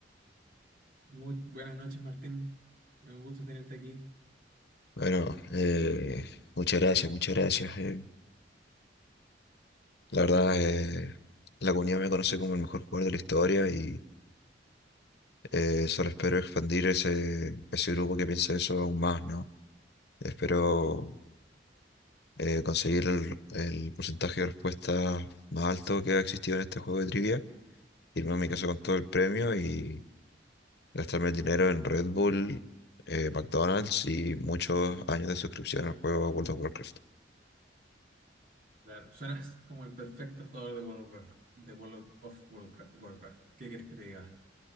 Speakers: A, on the right; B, on the left.
A: Muy buenas noches, Martín. Un gusto tenerte aquí.
B: Bueno, eh, muchas gracias, muchas gracias. eh. La verdad, eh, la comunidad me conoce como el mejor jugador de la historia y eh, solo espero expandir ese, ese grupo que piensa eso aún más, ¿no? Espero eh, conseguir el, el porcentaje de respuesta más alto que ha existido en este juego de trivia, irme a mi casa con todo el premio y gastarme el dinero en Red Bull, eh, McDonald's y muchos años de suscripción al juego World of Warcraft.
A: Claro, suenas como el perfecto jugador de World of Warcraft. De World of of Warcraft. Warcraft. ¿Qué quieres que te diga?